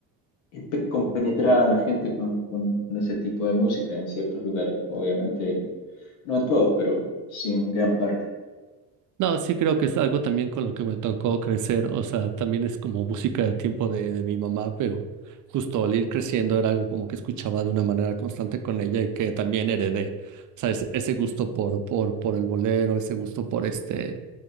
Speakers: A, on the left; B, on the right.
A: pe- compenetrada la gente con, con- con ese tipo de música en ciertos lugares. Obviamente, no en todos, pero sí en gran parte.
B: No, sí creo que es algo también con lo que me tocó crecer, o sea, también es como música de tiempo de, de mi mamá, pero justo al ir creciendo era algo como que escuchaba de una manera constante con ella y que también heredé, o sea, es- ese gusto por, por, por el bolero, ese gusto por este,